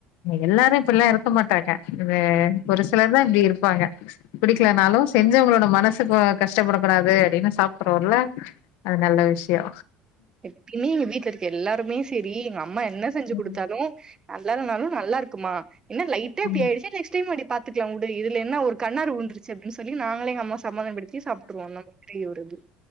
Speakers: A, on the left; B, on the right.
A: எல்லாரு இப்பில்லா இருக்க மாட்டாங்க இதுவே ஒரு சிலர் தா இப்டி இருப்பாங்க பிடிக்கலனாலு செஞ்சவங்களோட மனசுக்கோ கஷ்டப்படக்கூடாது அப்பிடின்னு சாப் ப்புடுவோல்ல அது நல்ல விஷ்யோ
B: எப்பையுமே எங்க வீட்ல இருக்க எல்லாருமே செரி எங்க அம்மா என்ன செஞ்சு குடுத்தாலு
A: ம்
B: நல்லா இல்லனாலு நல்லா இருக்கும்மா என்ன லைட்டா
A: ஆ
B: இப்டி ஆயிடுச்சு நெக்ஸ்ட் டைம் பாத்துக்கலா உடு இதுல என்ன ஒரு கண்ணாரு உழ்ந்துருச்சு அப்டின் சொல்லி நாங்களே எங்க அம்மாவ சம்மாதனம் படுத் த்தி சாப்ட்ருவோ <unintelligible> அப்டி ஒரு இது